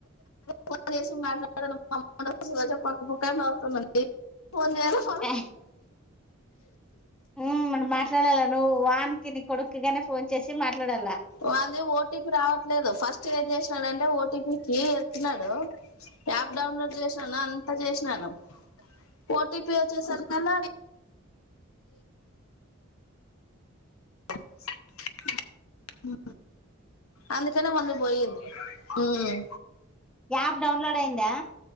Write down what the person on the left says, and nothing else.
ಫನ್ಿಸಿ ಮಾಡಲ್ಲಮ್ಮ ಪಕ್ಕ ಪಕ್ಕ ಅತ ಫೋನ್ಯರ <unintelligible>
ಒ ಓಟಿ ರಾವೇದು ಫಸ್ಟ್ ಏ್ಸನಡ ಓಟ ಪ ಕ ಎತ್ತನಾಡು ಯಪ್ ಡೌನ್ಲೋಡ್ ಚಸಾನ ಅಂತ ಚಸನು ಓಟಿ ಪಿ ಒಚೆ ಸರ್ ಕನ್ನ ಹ ಹ್ಮ ಅಂದ ಕಡೆ ಒಂದುಬಯ ಹ್ಮ್